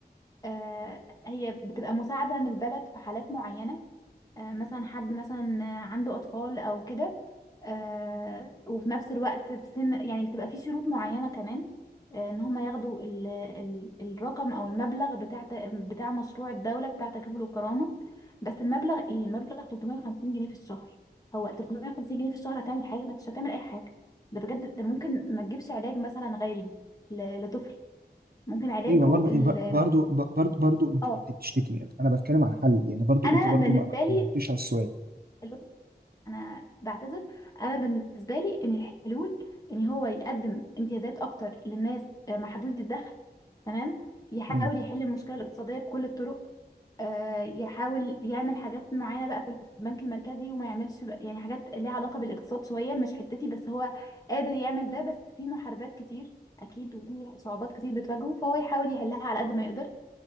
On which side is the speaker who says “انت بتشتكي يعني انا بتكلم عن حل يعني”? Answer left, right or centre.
Right